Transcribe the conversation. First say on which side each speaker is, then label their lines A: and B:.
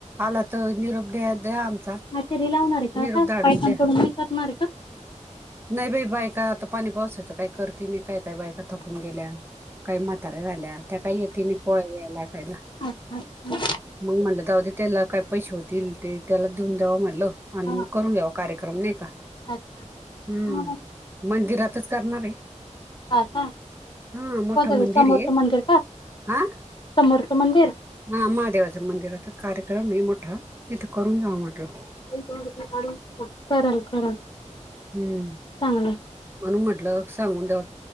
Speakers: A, on the right; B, on the left.
A: आला तर निरोप द्या आमचा
B: हा तरी लावणार आहे का
A: निरोप
B: आता
A: धाडून
B: बायकांकडून
A: द्या
B: मी करणार आहे का,
A: नाही बाई बायका आता पाणी पावसायचं काय करतीने काय काय बायका थकून गेल्या काही म्हातऱ्या राहिल्या, त्या काही य ति नि पोळ्या बीळ्या लाटायला
B: अच्छा अच्छा
A: मग म्हणलं जाऊदे त्याला काय पैसे होतील ते त्याला देऊन द्यावा म्हटलं आणि
B: हा
A: मग करून घ्यावा कार्यक्रम नाही का,
B: अच्छा
A: हम्म
B: हा
A: मंदिरातच करणार आहे.
B: का का
A: हा मोठं
B: कोणतं
A: मंदिर
B: ते समोरचं
A: आहे
B: मंदिर
A: हा
B: समोरचं मंदिर
A: महादेवाच्या मंदिरातच कार्यक्रम आहे मोठा तिथे करून घेऊ वाटत
B: करल करल
A: हम्म
B: चांगलंय
A: म्हणून म्हटलं सांगून द्यावं